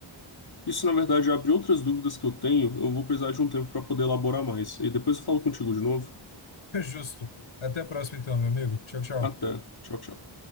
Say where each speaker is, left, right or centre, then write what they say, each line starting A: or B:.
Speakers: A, on the left (about 50°); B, on the left (about 80°).
A: Isso, na verdade, abre outras dúvidas que eu tenho. Eu vou precisar de um tempo para poder elaborar mais. E depois eu falo contigo de novo.
B: <laughs> Justo. Até a próxima, então, meu amigo. Tchau, tchau.
A: Até. Tchau, tchau.